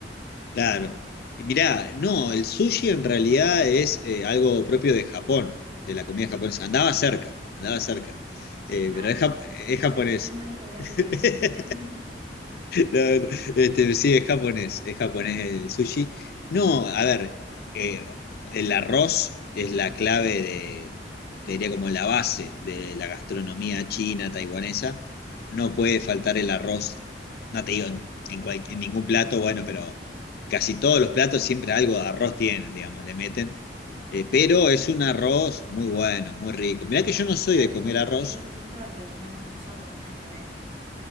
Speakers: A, on the left (about 60°); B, on the right (about 35°).
A: Claro. Y mirá, no, el sushi en realidad es eh, algo propio de Japón, de la comida japonesa. Andaba cerca, andaba cerca, Eh,
B: Ah,
A: pero es,
B: claro,
A: jap-
B: estoy,
A: es
B: estoy,
A: japonés.
B: estoy mal geográficamente.
A: <laughs>
B: <laughs>
A: No, no, este, sí, es japonés, es japonés el sushi. No, a ver, eh, el arroz es la clave de, te diría como la base de la gastronomía china, taiwanesa. No puede faltar el arroz, no te digo en, en cual- en ningún plato, bueno, pero casi todos los platos siempre algo de arroz tienen, digamos, le meten. Eh, pero es un arroz muy bueno, muy rico. Mirá que yo no soy
B: Claro,
A: de comer
B: es, di-
A: arroz.
B: es distinto al que comemos nosotros, nada que ver.